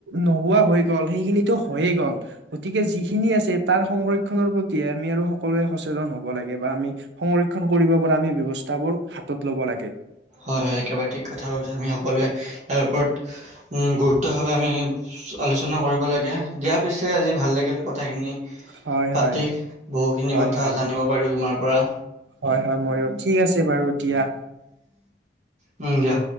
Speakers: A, on the right (about 75°); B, on the right (about 40°).
A: নোহোৱা হৈ গ'ল সেইখিনিতো হৈয়ে গ'ল গতিকে যিখিনি আছে তাৰ সংৰক্ষণৰ প্ৰতিহে আমি আৰু সকলোৱে সচেতন হওঁক। ব লাগে বা আমি সংৰক্ষণ কৰিব পৰা আমি ব্যৱস্থাবোৰ হাতত ল'ব লাগে।
B: হয় হয় একেবাৰে ঠিক কথা কৈছো আমি সকলোৱে ইয়াৰ ওপৰত গুৰুত্বভাৱে আমি আলোচনা কৰিব লাগে, দিয়া পিছে আজি ভাল লাগিল কথাখিনি
A: হয়
B: পাতি
A: হয়
B: বহু খিনি
A: হয়
B: কথা
A: হয়
B: জানিব পাৰিলো তোমাৰ পৰা।
A: হয় হয় ময়ো ঠিক আছে বাৰু দিয়া।
B: উম দিয়া।